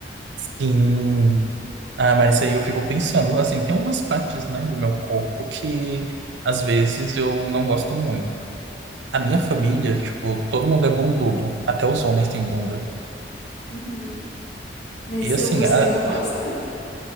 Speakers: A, on the right (about 80°); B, on the left (about 60°).
A: Sim. Ah, mas aí eu fico pensando, assim, tem umas partes, né, do meu corpo que às vezes eu não gosto muito. A minha família,
B: Uhum,
A: tipo, todo mundo é bundudo, até os homens têm bunda.
B: uhum. Mas
A: E assim,
B: isso você
A: a-
B: não gosta?